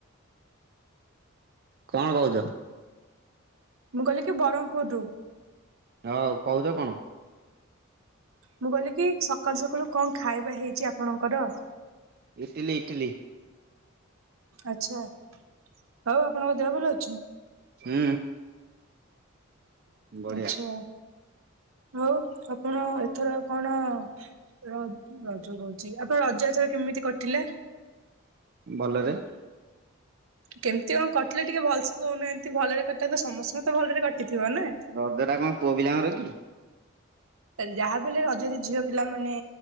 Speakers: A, on the right; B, on the right.
A: କଣ କହୁଛ?
B: ମୁଁ କହିଲି କି ବ୍ରହ୍ମପୁରରୁ।
A: ହଁ କହୁଛ କଣ?
B: ମୁଁ କହିଲି କି ସକାଳୁ ସକାଳୁ କଣ ଖାଇବା ହେଇଛି ଆପଣଙ୍କର?
A: ଇଟିଲି ଇଟିଲି
B: ଆଛା ହଉ ଆପଣଙ୍କ ଦେହ ଭଲ ଅଛି?
A: ହୁଁ ହୁଁ। ବଢିଆ
B: ଆଛା ଆଉ ଆପଣ ଏଥର କଣ ର ରଜ କହୁଛି। ଆପଣଙ୍କ ରଜ ଏଥର କେମିତି କଟିଲା?
A: ଭଲରେ।
B: କେମିତି କଣ କଟିଲା ଟିକେ ଭଲସେ କହୁନାହାନ୍ତି। ଭଲରେ କଟିଲା ତ ସମସ୍ତଙ୍କର ତ ଭଲରେ କଟିଥିବ ନା।
A: ରଜଟା କଣ ପୁଅ ପିଲାଙ୍କର କି?
B: ଯାହାବି ହେଲେ ରଜରେ ଝିଅ ପିଲା ମାନେ